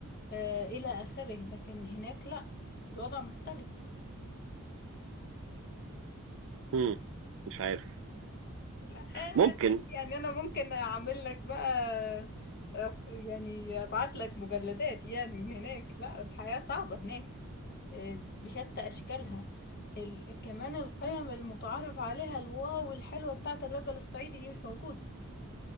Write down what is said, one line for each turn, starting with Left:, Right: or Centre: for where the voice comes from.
Left: آه، إلى آخره لكن هناك لا الوضع مختلف
Right: مم. مش عارف
Left: لا
Right: ممكن
Left: يعني انا ممكن اعمل لك بقى يعني ابعت لك مجلدات يعني من هناك لا الحياة صعبة هناك آه، بشتى اشكالها ال... كمان القيم المتعارف عليها الواو الحلوة بتاعة الرجل الصعيدي دي مش موجودة